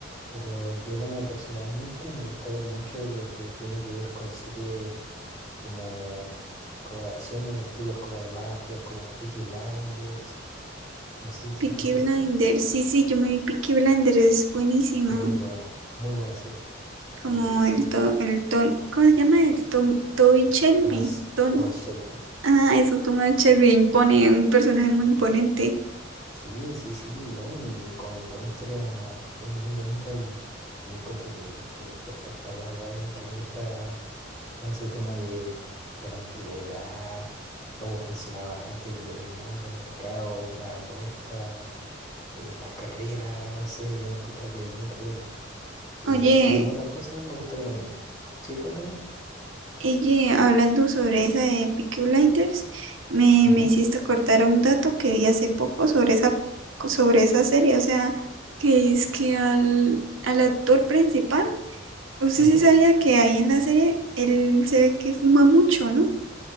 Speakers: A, on the left; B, on the right.
A: Pero yo como personalmente me gusta ver mucho lo que tiene que ver con series como, como de acción y antiguas como de mafias, como Peaky Blinders. No sé si te
B: Peaky
A: suena esa
B: Blinder,
A: serie.
B: sí, sí, yo me vi Peaky Blinder, es buenísima.
A: Muy buena, muy buena serie.
B: Como
A: Y sí,
B: el
A: la,
B: to, el ton, ¿cómo se llama? El Tom, Toby Shelby,
A: Tomás,
B: Tony.
A: Tomás Shelby.
B: Ah, eso, Thomas Shelby impone, un personaje muy imponente.
A: Sí, sí, sí, ¿no? Y con, con una historia muy, muy bonita y, y yo encuentro que, que es perfecta como para alguien que le gusta Todo ese tema de, de la antigüedad, cómo funcionaba antes el, el mundo, el mercado, las apuestas, eh, las carreras, no sé, yo encuentro que es muy entretenida. Y
B: Oye,
A: así como otras cosas, me gusta ver anime. Sí, cuéntame.
B: Oye, hablando sobre esa de Peaky Blinders, me,
A: Ujú,
B: me hiciste acordar a un dato que vi hace poco sobre esa, sobre esa serie, o sea, que es que al, al actor principal, usted
A: ujú.
B: sí sabía que ahí en la serie él se ve que fuma mucho, ¿no?